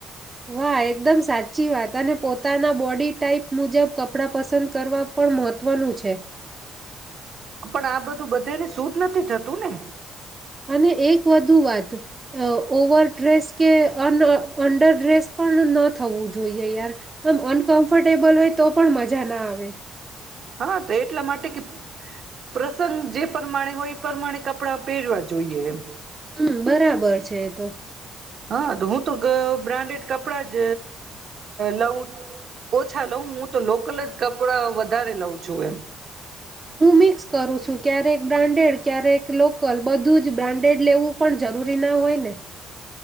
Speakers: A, on the right (about 30°); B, on the right (about 60°).
A: વાહ! એકદમ સાચી વાત અને પોતાના બોડી ટાઈપ મુજબ કપડા પસંદ કરવા પણ મહત્વનું છે.
B: પણ આ બધું બધાને સૂટ નથી થતું ને.
A: અને એક વધુ વાત. ઓવર ડ્રેસ કે આન અંડર ડ્રેસ પણ થવું જોઈએ યાર, તો અનકમ્ફર્ટેબલ હોય તો પણ મજા ના આવે.
B: હા તો એટલા માટે, કે પ્રસંગ જે પ્રમાણે હોય એ પ્રમાણે કપડા પહેરવા જોઈએ એમ.
A: હમ્મ બરાબર છે એ તો.
B: હા તો હું તો બ્રાન્ડેડ કપડા જ, લઉં ઓછા લઉં હું તો લોકલ જ કપડાં વધારે લઉં છું એમ.
A: હું મિક્સ કરું છું ક્યારેક બ્રાન્ડેડ, ક્યારેક લોકલ બધું જ બ્રાન્ડેડ લેવું પણ જરૂરી ના હોય ને, કે